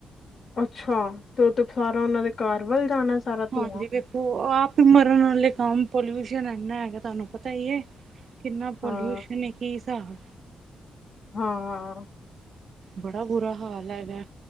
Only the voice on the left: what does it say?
ਅੱਛਾ। ਤੇ ਉਹ ਤੇ ਸਾਰਾ ਉਹਨਾਂ ਦੇ ਕਾਰ ਵੱਲ ਜਾਣਾ ਸਾਰਾ ਧੂੰਆਂ
ਹਾਂ
ਹਾਂ।